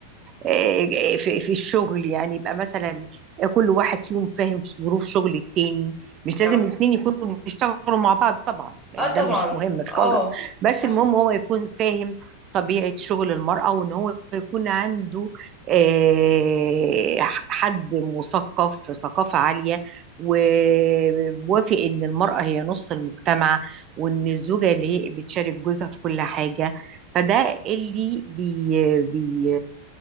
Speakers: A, on the right (about 35°); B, in the centre.
A: آه، في, في الشغل يعني يبقى مثلا كل واحد فيهم فاهم ظروف شغل التاني مش
B: اه
A: لازم الاثنين يكونوا بيشتغلوا مع بعض طبعا لان
B: اه طبعا
A: ده مش مهم
B: اه
A: خالص بس
B: صح
A: المهم هو يكون فاهم طبيعة شغل المرأة وإن هو يكون عنده آه، حد مثقف ثقافة عالية وموافق إن المرأة هي نص المجتمع وان الزوجه اللي هي بتشارك جوزها في كل حاجه فده اللي بي بي